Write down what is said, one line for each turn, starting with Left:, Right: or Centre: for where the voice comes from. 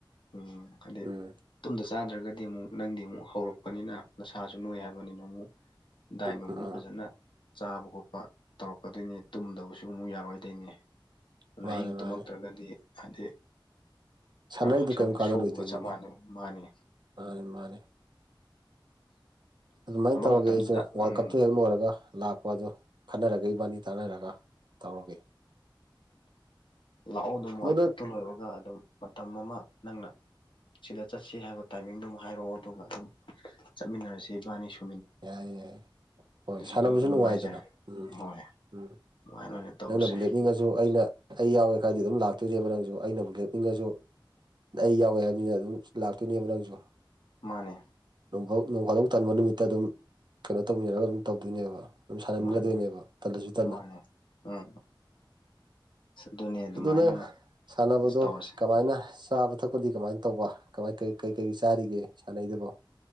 Left: ꯎꯝ ꯍꯥꯏꯗꯤ
Right: ꯎꯝ
Left: ꯇꯨꯝꯗꯔꯁꯨ ꯆꯥꯗ꯭ꯔꯒꯗꯤ ꯑꯃꯨꯛ ꯅꯪꯗꯤ ꯑꯃꯨꯛ ꯍꯧꯔꯛꯄꯅꯤꯅ ꯅꯁꯥꯁꯨ ꯅꯣꯏ ꯍꯥꯏꯕꯅꯤꯅ ꯑꯃꯨꯛ ꯗꯥꯏꯠ
Right: ꯎꯝ
Left: ꯅꯣꯡ
Right: ꯎꯝ ꯎꯝ
Left: ꯐꯖꯅ ꯆꯥꯕ ꯈꯣꯠꯄ ꯇꯧꯔꯛꯀꯗꯣꯏꯅꯦ ꯇꯨꯝꯗꯕꯁꯨ ꯑꯃꯨꯛ ꯌꯥꯔꯣꯏꯗꯣꯏꯅꯦ
Right: ꯃꯥꯅꯦ
Left: ꯑꯍꯤꯡ ꯇꯨꯝꯃꯛꯇ꯭ꯔꯒꯗꯤ
Right: ꯃꯥꯅꯦ
Left: ꯍꯥꯏꯗꯤ
Right: ꯁꯥꯟꯅꯔꯤꯗꯨ
Left: ꯄꯨꯔꯥ ꯍꯛꯆꯥꯡꯗ
Right: ꯀꯔꯤꯝ ꯀꯥꯟꯅꯔꯣꯏꯗꯣꯏꯅꯤꯅꯦ
Left: ꯁꯣꯛꯄꯒ ꯆꯞ ꯃꯥꯟꯅꯩ ꯃꯥꯅꯤ
Right: ꯃꯥꯅꯦ ꯃꯥꯅꯦ ꯑꯗꯨꯃꯥꯏꯅ ꯇꯧꯔꯒꯦ
Left: ꯃꯇꯝꯗ
Right: ꯑꯩꯁꯨ ꯋꯥꯜꯜ
Left: ꯎꯝ
Right: ꯀꯞꯇꯨ ꯍꯦꯛ ꯂꯣꯏꯔꯒ ꯂꯥꯛꯄ ꯑꯗꯨ ꯈꯟꯅꯔꯒ ꯏꯕꯥꯅꯤ ꯇꯥꯅꯔꯒ ꯇꯧꯔꯒꯦ
Left: ꯂꯥꯛꯑꯣ ꯑꯗꯨꯝ ꯋꯥꯔꯜ
Right: ꯑꯗꯨ ꯅꯪ
Left: ꯀꯞꯇꯨ ꯂꯣꯏꯔꯒ ꯑꯗꯨꯝ ꯃꯇꯝ ꯑꯃ ꯅꯪꯅ ꯁꯤꯗ ꯆꯠꯁꯤ ꯍꯥꯏꯕ ꯇꯥꯏꯃꯤꯡꯗꯨ ꯍꯥꯏꯔꯛꯑꯣ ꯑꯗꯨꯒ ꯑꯗꯨꯝ ꯆꯠꯃꯤꯟꯅꯔꯁꯤ ꯏꯕꯥꯅꯤ ꯁ
Right: ꯌꯥꯏ ꯌꯥꯏ ꯍꯣꯏ ꯁꯥꯟꯅꯕꯁꯨ
Left: ꯑꯗꯨꯝ ꯅꯨꯡꯉꯥꯏꯖꯔꯦ
Right: ꯅꯨꯡꯉꯥꯏꯗꯅ ꯎꯝꯝ
Left: ꯍꯣꯏ
Right: ꯎꯝ
Left: ꯑꯗꯨꯃꯥꯏꯅ ꯑꯣꯏꯅ ꯇꯧꯔꯁꯦ
Right: ꯅꯪꯅꯕꯨ ꯂꯦꯞꯅꯤꯡꯉꯁꯨ ꯑꯩꯅ ꯑꯩ ꯌꯥꯎꯋꯦ ꯈꯗꯤ ꯑꯗꯨꯝ ꯂꯥꯛꯇꯣꯏꯅꯦꯕ ꯅꯪꯁꯨ ꯑꯩꯅꯕꯨ ꯂꯦꯞꯅꯤꯡꯉꯁꯨ ꯑꯩ ꯌꯥꯎꯋꯦ ꯍꯥꯏꯕꯅꯤꯅ ꯑꯗꯨꯝ ꯂꯥꯛꯇꯣꯏꯅꯦꯕ ꯅꯪꯁꯨ
Left: ꯃꯥꯅꯦ
Right: ꯅꯣꯡꯐꯥꯎ ꯅꯣꯡ ꯈꯥꯗꯣꯛ ꯇꯟꯕ ꯅꯨꯃꯤꯠꯇ ꯑꯗꯨꯝ ꯀꯩꯅꯣ ꯇꯧꯃꯤꯟꯅꯔꯒ ꯑꯗꯨꯝ ꯇꯧꯗꯣꯏꯅꯦꯕ ꯑꯗꯨꯝ ꯁꯥꯟꯅꯃꯤꯟꯅꯗꯣꯏꯅꯦꯕ
Left: ꯃꯥꯅꯦ
Right: ꯇꯜꯂꯁꯨ ꯇꯂ
Left: ꯃꯥꯅꯦ ꯎꯝ ꯑꯁ ꯑꯗꯨꯅꯦ ꯑꯗꯨꯃꯥꯏꯅ
Right: ꯑꯗꯨꯅ
Left: ꯑꯣꯏꯅ
Right: ꯁꯥꯟꯅꯕꯗꯣ
Left: ꯇꯧꯔꯁꯦ
Right: ꯀꯃꯥꯏꯅ ꯆꯥꯕ ꯊꯛꯄꯗꯤ ꯀꯃꯥꯏꯅ ꯇꯧꯕ ꯀꯃꯥꯏ ꯀꯩ ꯀꯩ ꯆꯥꯔꯤꯒꯦ ꯁꯥꯟꯅꯩꯗꯨꯕꯨꯣ